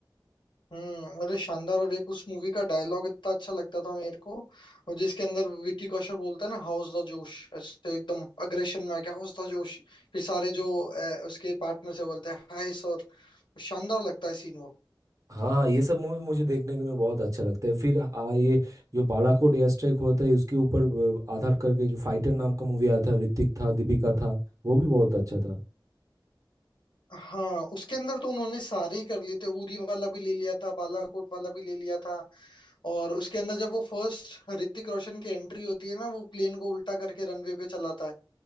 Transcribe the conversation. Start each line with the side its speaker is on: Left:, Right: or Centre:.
Left: हम्म अरे शानदार और एक उस मूवी का डायलॉग इतना अच्छा लगता था मेरे को और जिसके अंदर विक्की कौशल बोलता है ना हाउस द जोश ऐसे एकदम अग्रेशन में आ गया हाउस द जोश फिर सारे जो अ, उसके पार्टनर से बोलते हैं हाय सर शानदार लगता है सीन वो
Right: हाँ हाँ ये सब मूवी मुझे देखने के में बहुत अच्छा लगता है फिर आ ये जो बालाकोट एयर स्ट्राइक हुआ था उसके ऊपर अ, आधार करके फाइटर नाम का मूवी आया था ऋतिक था दीपिका था वो भी बहुत अच्छा था
Left: हाँ उसके अंदर तो उन्होंने सारे ही कर लिए थे उरी वाला भी ले लिया था बालाकोट वाला भी ले लिया था और उसके अंदर जब वो फर्स्ट ऋतिक रोशन की एंट्री होती है ना वो प्लेन को उल्टा करके रनवे पे चलाता है